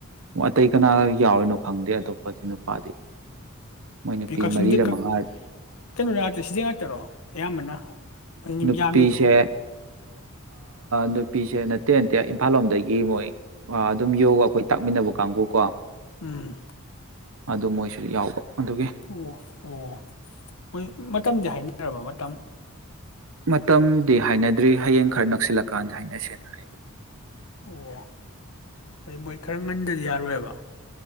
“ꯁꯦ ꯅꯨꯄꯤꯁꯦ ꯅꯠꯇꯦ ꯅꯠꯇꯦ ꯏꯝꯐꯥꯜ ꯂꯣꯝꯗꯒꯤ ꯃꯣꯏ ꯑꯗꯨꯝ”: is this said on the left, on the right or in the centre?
Right